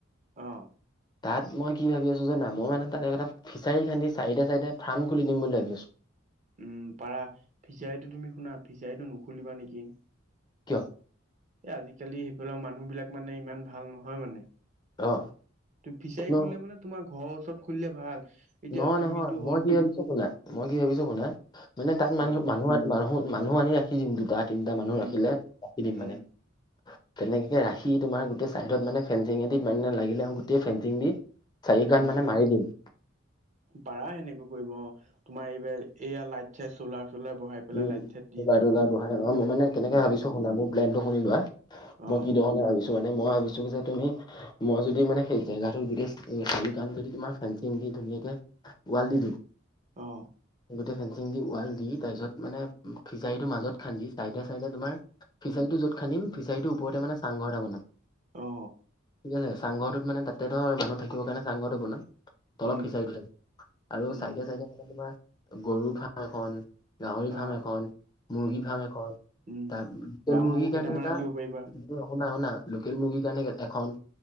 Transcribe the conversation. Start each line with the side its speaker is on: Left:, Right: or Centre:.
Right: অ।
Left: তাত মই কি ভাবি আছো জানা, মই মানে তাত এটা ফিচাৰী খান্দি চাইডে চাইডে ফাৰ্ম খুলি দিম বুলি ভাবি আছো।
Right: উম পাৰা ফিচাৰীটো তুমি শুনা ফিচাৰীটো নুখুলিবা নেকি।
Left: কিয়?
Right: এ আজিকালি সেইফালৰ মানুহ বিলাক মানে ইমান ভাল নহয় মানে।
Left: অ।
Right: ফিচাৰী
Left: ন
Right: খুলে মানে তোমাৰ ঘৰৰ ওচৰত খুলিলে ভাল। এতিয়া
Left: নহয়
Right: তুমিতো
Left: নহয় মই
Right: হ'ল
Left: কি ভাবিছো শুনা মই কি ভাবিছো শুনা। মানে তাত মানুহ
Right: অ
Left: মানুহ মানুহ মানুহ আনি ৰাখি দিম দুটা তিনটা মানুহ
Right: উম
Left: ৰাখিলে। ৰাখি দিম
Right: উম
Left: মানে। তেনেকে ৰাখি তোমাৰ গোটেই চাইডত মানে ফেঞ্চিঙে দি মানে লাগিলে আও গোটেই ফেঞ্চিং দি চাৰি
Right: উম
Left: কান মানে মাৰি দিম।
Right: পাৰা সেনেকুৱ কৰিব অ তোমাৰ এইবাৰ এয়া লাইট চাইট চলাৰ চলাৰ বহাই পেলাই
Left: উম
Right: লাইট চাইট দি
Left: চলাৰ
Right: দিব
Left: তলাৰ বহাই অ মই মানে
Right: উম
Left: কেনেকে ভাবিছো শুনা মোৰ প্লেনটো শুনি লোৱা।
Right: অ
Left: মই কি ধৰনে ভাবিছো মানে মই ভাবিছো যে তুমি মই যদি মানে সেই জেগাটো গোটেই চাৰিও কান যদি তোমাৰ ফেঞ্চিং দি ধুনীয়াকে ৱাল দি দিও,
Right: অ
Left: গোতে ফেঞ্চিং দি ৱাল দি তাইছত মানে ফিচাৰিটো মাজত খান্দি চাইডে চাইডে তোমাৰ ফিচাৰীটো যত খানি ফিছৰিটোৰ ওপৰতে চাংঘৰ এটা বনাম
Right: অ
Left: ঠিক আছো চাংঘৰটোত মানে তাতে ধৰ মানুহ থাকিব কাৰণে চাংঘৰটো বনাম। তলত
Right: উম
Left: ফিছৰিটো থাকিব, আৰু
Right: উম
Left: চাইডে চাইডে মানে তোমাৰ গৰুৰ ফ্ৰাম এখন, গাহৰি ফাৰ্ম
Right: অ
Left: এখন, মুৰ্গী
Right: উম
Left: ফাৰ্ম এখন,
Right: উম
Left: তাৰ লোকেল
Right: বা
Left: মুৰ্গীৰ
Right: মৌ কেইটামান
Left: কাৰণে এটা
Right: ৰাখিব
Left: শুনা
Right: পাৰিবা
Left: শুনা লোকেল মুৰ্গীৰ কাৰণে এখন,